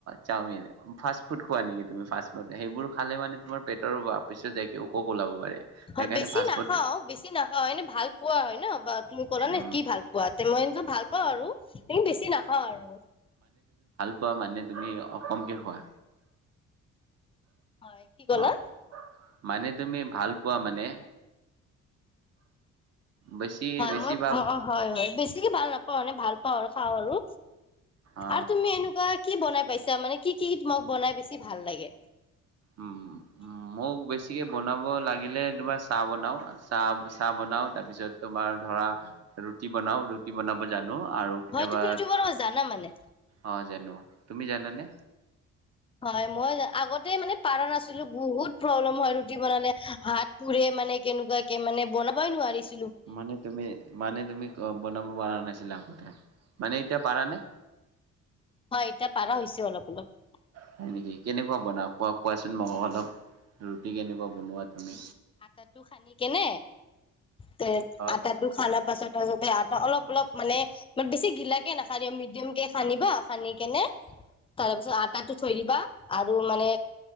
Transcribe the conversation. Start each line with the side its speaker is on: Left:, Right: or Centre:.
Right: চাওমিন, ফাষ্ট ফুড খোৱা নেকি তুমি ফা সেইবোৰ খালে মানে তোমাৰ পেটৰ পিছত যাইকে অসুখ ওলাব। পাৰে সেইকাৰণে
Left: হয় বেছি
Right: ফাষ্ট
Left: নাখাও,
Right: ফুড
Left: বেছি নাখাও এনে ভাল পোৱা হয় ন বা তুমি ক'লা নে
Right: উম
Left: কি ভাল পোৱা মই ভাল অ আৰু বেছি নাখাওঁ আৰু।
Right: খোৱা মানে তুমি অকমকে খোৱা।
Left: হয় কি ক'লা
Right: অহ, মানে তুমি ভাল পোৱা মানে বেছি
Left: হয়,
Right: বেছিভাগ
Left: মই হয় হয় বেছিকে ভাল নাপাওঁ মানে ভাল- অ খাওঁ আৰু।
Right: অ
Left: আৰু তুমি এনেকুৱা কি বনাই পাইছা মানে, কি কি তোমাক বনাই বেছি ভাল লাগে?
Right: উম উম, মোক বেছি গতিকে বনাব লাগিলে তোমাৰ চাহ বনাও, চাহ চাহ বনাও তাৰপিছত তোমাৰ ধৰা ৰুটি বনাও ৰুটি বনাব যাত জানো আৰু কেতিয়াবা,
Left: হয় তুমি ৰুটি বনাব জানা মানে?
Right: অ জানো। তুমি জানানে?
Left: হয় মই আগত মানে পাৰণ আছিলো বহুত প্ৰব্লেম হয় ৰুটি বনালে হাত পুৰে মানে কেনেকুৱাকে মানে বনাবই নোৱাৰিছ
Right: মানে তুমি, মানে তুমি বনাব পাৰা নাই। সিধা কথা, মানে এতিয়া পাৰা নে?
Left: হয় এতিয়া পাৰা হৈছে অলপ অলপ।
Right: সেনেকে কেনেকুৱা বনাও কোৱা কোৱাচোন মোক অলপ ৰুটি কেনেকুৱা বনোৱা? তুমি
Left: আটাটো খান্দি কেনে তে
Right: হয়
Left: আটাটো খানা পাছত তাৰপিছতে আ অলপ অলপ মানে বেছি ঘিলাকে নাখান্দিবা, মিডিয়াম কে খান্দিবা, খান্দি কেনে তাৰপিছত আটাটো থৈ দিবা আৰু মানে